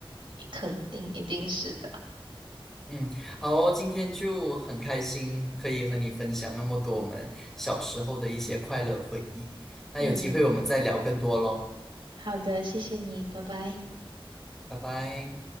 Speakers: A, on the right; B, in the centre.
A: 肯定一定是的。
B: 嗯，好哦，今天就很开心可以和你分享那么多我们小时候的一些快乐回忆。那有机会我们再聊更多喽，
A: 嗯，好的，谢谢你，拜拜。
B: 拜拜。